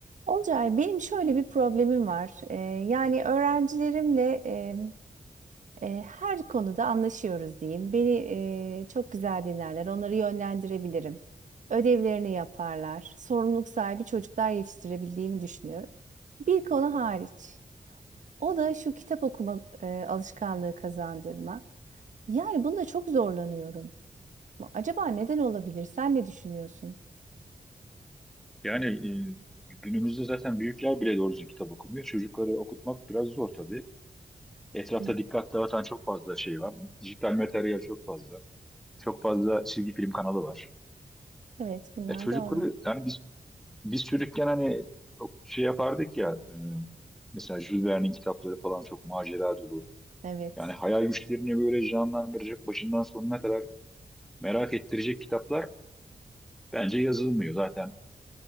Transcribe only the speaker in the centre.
Yani e, günümüzde zaten büyükler bile doğru düzgün kitap okumuyor. Çocukları okutmak biraz zor tabii. Etrafta
dikkat dağıtan çok fazla şey var. Dijital materyal çok fazla. Çok fazla çizgi film kanalı var.
Ya çocukları
yani biz biz çocukken hani çok şey yapardık ya e, mesela Jules Verne'in kitapları falan çok macera dolu.
Yani hayal güçlerini böyle canlandıracak, başından sonuna kadar merak ettirecek kitaplar bence yazılmıyor. Zaten